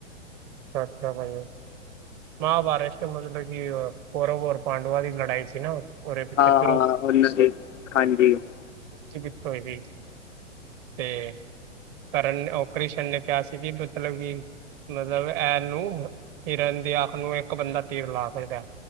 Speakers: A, on the right; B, on the left.
A: ਟਾਂ-ਟਾਂ <unintelligible> ਮਹਾਭਾਰਤ ਚ। ਮਤਲਬ ਕਿ, ਕੌਰਵ ਔਰ ਪਾਂਡਵਾਂ ਦੀ, ਲੜਾਈ ਸੀ ਨਾ। ਉਹਦੇ
B: ਹਾਂ-
A: ਪਿੱਛੇ ਦ੍ਰੋਪਦੀ
B: ਹਾਂ <unintelligible> ਹਾਂਜੀ।
A: ਓਕੇ, ਬਿਟ ਪਾਈ ਗਈ। ਤੇ ਕਰਨ ਉਹ ਕ੍ਰਿਸ਼ਨ ਨੇ ਕਿਹਾ ਸੀ, ਕਿ ਮਤਲਬ ਕਿ ਮਤਲਬ, ਐਨ ਨੂੰ, ਹਿਰਨ ਦੀ ਅੱਖ ਨੂੰ, ਇੱਕ ਬੰਦਾ ਤੀਰ ਲਾ ਸਕਦਾ।